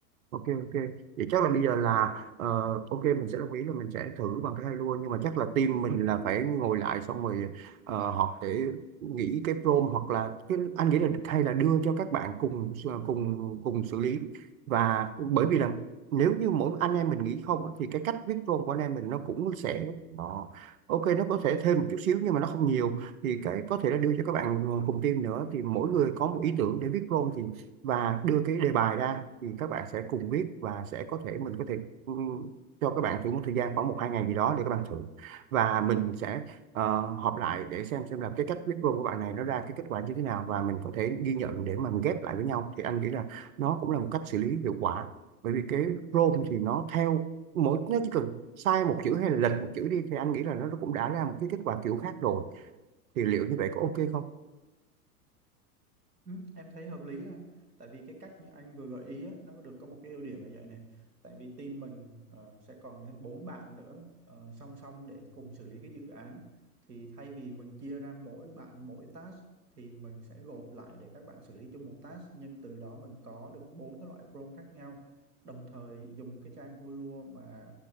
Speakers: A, on the right (about 60°); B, on the right (about 75°).
A: Ok ok vậy chắc là bây giờ là ờ, ok mình sẽ đồng ý là mình sẽ thử bằng cái hai lua nhưng mà chắc là team mình là phải ngồi lại xong rồi ờ, họp để nghĩ cái prompt hoặc là cái, anh nghĩ là hay là đưa cho các bạn cùng ờ, cùng cùng xử lý và bởi vì là nếu như mỗi anh em mình nghĩ không á, thì cái cách viết prompt của anh em mình nó cũng sẽ nó ok nó có thể thêm một chút xíu nhưng mà nó không nhiều thì cái có thể là đưa cho các bạn ờ, cùng team nữa thì mỗi người có một ý tưởng để viết prompt thì và đưa cái đề bài ra thì các bạn sẽ cùng viết và sẽ có thể mình có thể ừ, cho các bạn thử một thời gian khoảng một hai ngày gì đó để các bạn thử và mình sẽ ờ, họp lại để xem xem là cái cách viết luôn của bạn này nó ra cái kết quả như thế nào và mình có thể ghi nhận để mà mình ghép lại với nhau thì anh nghĩ là nó cũng là một cách xử lý hiệu quả bởi vì cái prompt thì nó theo mỗi nó chỉ cần sai một chữ hay là lệch một chữ đi thì anh nghĩ là nó cũng đã ra một cái kết quả kiểu khác rồi thì liệu như vậy có ok không
B: Ừ, em thấy hợp lý anh tại vì cái cách như anh vừa gợi ý á, nó có được có một cái ưu điểm là vậy này tại vì team mình ờ, sẽ còn thêm bốn bạn nữa ờ, song song để cùng xử lý cái dự án thì thay vì mình chia ra mỗi bạn mỗi task thì mình sẽ gộp lại để các bạn xử lý chung một task nhưng từ đó mình có được bốn cái loại prompt khác nhau đồng thời dùng cái trang Hulu mà